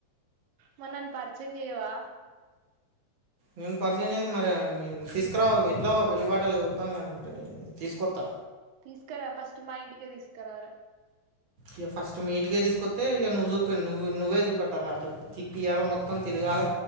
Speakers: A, on the right; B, on the right.
A: మరి నన్ పరిచయం చెయ్యవా.
B: నేను పరిచయం చే మరి తీసుకురా ఎట్లా పెళ్లిబట్ టలు ఓత్తాం కద మరి తీసుకొస్తా
A: తీసుకురా ఫస్ట్ మా ఇంటికి తీసుకురార
B: ఇక ఫస్ట్ మీ ఇంటికే తీసుకొతే ఇక నువ్వు చూపడి నువ్వు నువ్వే చూప అలా అటు తిప్పియాల మొత్తం తిరగాలి